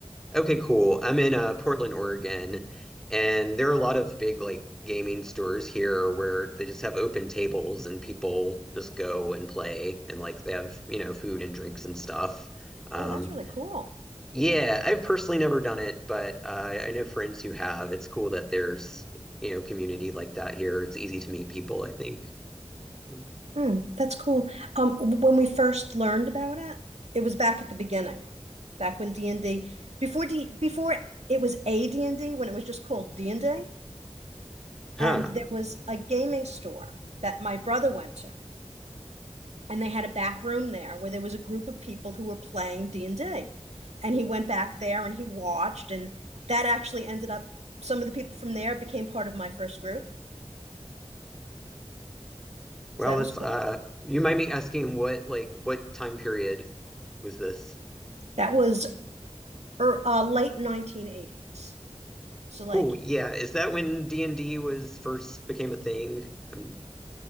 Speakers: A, in the centre; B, on the right.
A: Okay, cool. I'm in uh, Portland, Oregon, and there are a lot of big like gaming stores here where they just have open tables and people just go and play and like they have, you know, food and drinks and stuff. Um,
B: Oh, that's really cool.
A: yeah, I've personally never done it, but uh, I know friends who have. It's cool that there's, you know, community like that here. It's easy to meet people, I think. Um,
B: Hmm, that's cool. Um, when we first learned about it, it was back at the beginning, back when D and D before D before it was a D and D when it was just called D and D,
A: huh.
B: and there was a gaming store that my brother went to, and they had a back room there where there was a group of people who were playing d&d and D. And he went back there and he watched and that actually ended up some of the people from there became part of my first group so
A: Well,
B: that was
A: it's
B: cool
A: uh, you might be asking what like what time period was this?
B: that was er, uh, late 1980s so like
A: Cool. Yeah. Is that when D&D was first became a thing? Um,